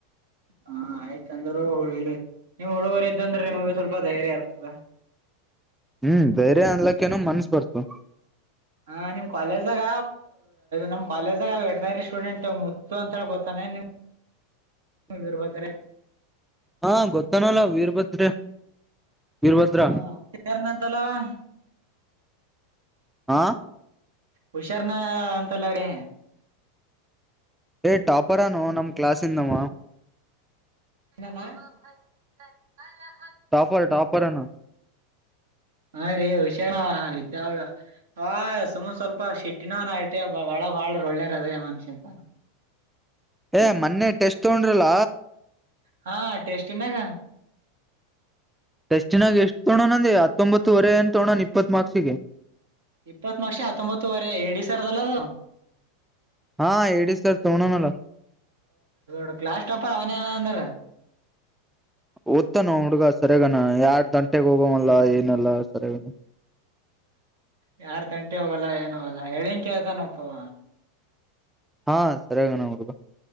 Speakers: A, on the right (about 85°); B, in the centre.
A: ಹಾ ಆಯ್ತ ಅಂದರುೂ ಹಳಿಲ್ ನಿಮ್ ಹುಡುಗರು ಇದ್ದಂದ್ರೆ ನಿಮಗೆ ಸ್ವಲ್ಪ ಧೈರ್ಯ ಇರ್ತದೆ
B: ಹ್ಮ್ ಬೇರೆ ಅನ್ಲಕ್ಕ ಏನ ಮನ್ಸ ಬರ್ತು
A: ಹಾ ನಿಮ್ ಕಾಲೇಜಾಗ ನಮ್ ಕಾಲೇಜಾಗ ವಟನರಿ ಸ್ಟೂಡೆಂಟ್ ಮುತ್ತು ಅಂತೇಳ ಗೊತ್ತಾನೆ ನೀವಿರ್ಬೋದ್ರ
B: ಹಾ ಗೊತ್ತನಲ್ಲ ವೀರಭದ್ರ ವೀರಭದ್ರ
A: ಹಾ <inaudible>
B: ಹಾ
A: ಹುಷಾರ್ನ ಅಂತಲ್ಲ್ರ
B: ಏಟಾಪರನು ನಮ ಕ್ಲಾಸ್ದಮ್ಮ
A: <inaudible>
B: ಟಾಪರ್ ಟಾಪರ್ನಾ
A: ಹ ರರಿ ಹುಷಾರ ವಿದ್ಯಾಳ ಆ ಸುಮನ್ ಸ್ವಲ್ಪ ಶೆಟ್ಟಿನ ಆಟೆ ಬಳ ಬಾಳ್ರ ಒಳ್ಳೇರ ಅದೇ ಮನ್ಷಿನ್ಂತ
B: ಏ ಮೊನ್ನೆ ಟೆಸ್ಟ್ ತಗೊಂಡ್ರಲ್ಲ
A: ಹಾ ಟೆಸ್ಟ ನಾಗ
B: ಟೆಸ್ಟಿನಾಗ ಎಷ್ಟು ತಗೋಣ ಅಂದೆ ಹತ್ತೊಂಬತ್ತುವರೆ ಅನ್ ತ್ತೆಕೊಂಡಾ ಇಪ್ಪತ್ ಮಾರ್ಕ್ಸಿಗೆ
A: ಇಪ್ಪತ್ಮ ಮಾರಕ ಜೆ ಹತ್ತೊಂಬತ್ತುವರೆ ಎಡ ಸರ್ದಲ್ಲದು
B: ಹಾ ಹೇಳಿ ಸರ್ ತೊಗೋಣನಲ್ಲ
A: ಹ ಕ್ಲಾಸ್ ಟಾಪರ್ ಅವನ ಅಂದ್ರ
B: ಓದ್ತನ ಹುಡ್ಗ ಸರಿಯಗಾನ ಯಾರ್ ದಂಟೆೆಗೆ ಹೋಗವಲ್ಲ ಏನಲ್ಲ ಸರಿಯಗಾನ <inaudible>
A: ಯಾರ್ ತಂಟಿ ಅವೋಗಲ್ಲ ಏನ್ೋಗಲ್ಲ ಹೇಳಿನ್ ಕೇಳ್ತಾನಪ್ಪವ
B: ಹಾ ಸರಿಯಾಗಿಣ ನಡುಬ